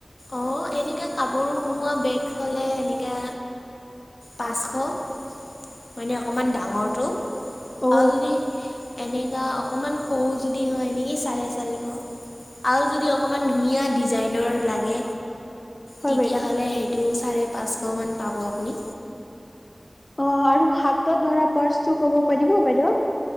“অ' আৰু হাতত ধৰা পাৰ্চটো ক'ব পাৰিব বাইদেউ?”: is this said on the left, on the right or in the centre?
Left